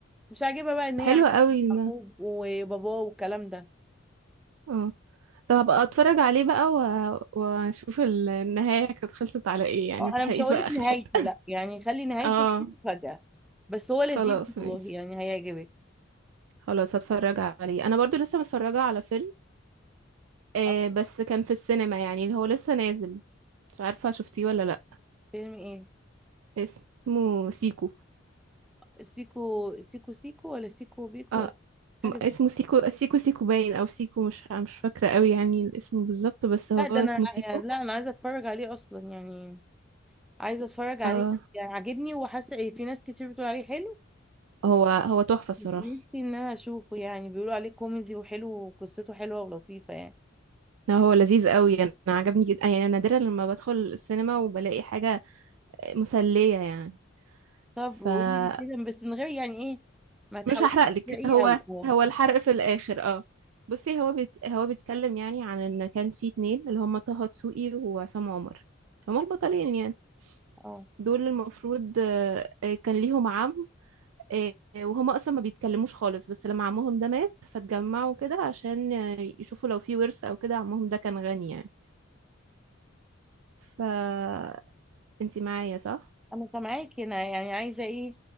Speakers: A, in the centre; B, on the right.
A: مش عاجبها بقى ان هي
B: حلو
A: عايشة
B: قوي
A: مع
B: ده
A: أخوه وباباه والكلام ده
B: اه طب هبقى اتفرج عليه بقى و... واشوف ال- النهاية كانت خلصت على ايه يعني
A: اه
B: متحرقيش
A: انا مش هقولك
B: بقى اخر
A: نهايته
B: حتة
A: لا يعني خلي نهايته
B: <laughs> اه
A: دي مفاجأة بس هو لذيذ
B: خلاص
A: والله
B: ماشي
A: يعني هيعجبك
B: خلاص هتفرج عليه انا برضو لسه متفرجة على فيلم آه
A: اه
B: بس كان في السينما يعني اللي هو لسه نازل مش عارفة شفتيه ولا لا
A: فيلم ايه
B: اسمه سيكو
A: سيكو سيكو سيكو ولا سيكو بيكو
B: اه
A: ولا حاجه
B: م- اسمه
A: زي
B: سيكو سيكو سيكو باين او سيكو مش مش فاكرة قوي يعني الاسم بالظبط بس هو
A: لا
B: اسمه
A: ده انا
B: سيكو
A: لا انا عايزه اتفرج عليه اصلا يعني عايزه اتفرج عليه
B: اه
A: يعني عاجبني وحاسه إيه، في ناس كتير بتقول عليه حلو
B: هو هو تحفة الصراحة
A: نفسي ان انا اشوفه يعني بيقولوا عليه كوميدي وحلو وقصته حلوه ولطيفه يعني
B: لا هو لذيذ قوي انا عجبني جدا يعني أنا نادرا لما بدخل السينما وبلاقي حاجة مسلية يعني
A: طب
B: فمش
A: قولي كده بس من غير يعني ايه ما تحاوليش
B: هحرقلك
A: تسرقيه
B: هو
A: قوي اه
B: هو الحرق في الآخر اه بصي هو بيت هو بيتكلم يعني عن ان كان في اتنين اللي هم طه دسوقي وعصام عمر هما البطلين يعني
A: اه
B: دول المفروض آه، آه، كان ليهم عم آه، وهما اصلا ما بيتكلموش خالص بس لما عمهم ده مات فاتجمعوا كده عشان آه، يشوفوا لو في ورث او كده عمهم ده كان غني يعني فانتي معايا صح
A: انا سامعاكي انا يعني عايزه ايه